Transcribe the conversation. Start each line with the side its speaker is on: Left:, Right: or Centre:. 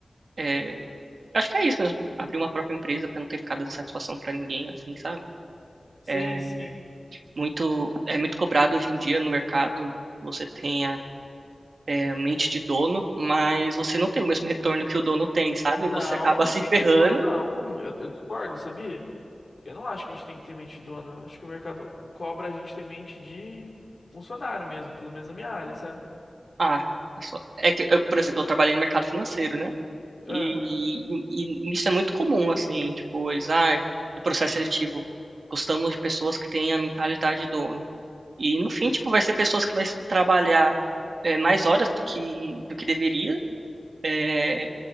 Right: é, acho que é isso mesmo. Abrir uma própria empresa para não ter ficado dando satisfação para ninguém, assim, sabe?
Left: Sim,
Right: É
Left: sim.
Right: muito, é muito cobrado hoje em dia no mercado. Você tem a é, a mente de dono, mas você não tem o mesmo retorno que o dono tem, sabe?
Left: Não,
Right: Você acaba <laughs> se
Left: mente
Right: ferrando.
Left: dono não. Eu, eu discordo, sabia? Eu não acho que a gente tem que ter mente dono. Eu acho que o mercado cobra a gente ter mente de funcionário mesmo, pelo menos na minha área, sabe?
Right: Ah, é só- é que, eu, por exemplo, eu trabalhei no mercado financeiro, né?
Left: Ah,
Right: E, e isso é muito comum, assim, tipo, eles, ah, do processo seletivo, gostamos de pessoas que têm a mentalidade de dono. E no fim, tipo, vai ser pessoas que vai trabalhar é, mais horas do que, do que deveria, é,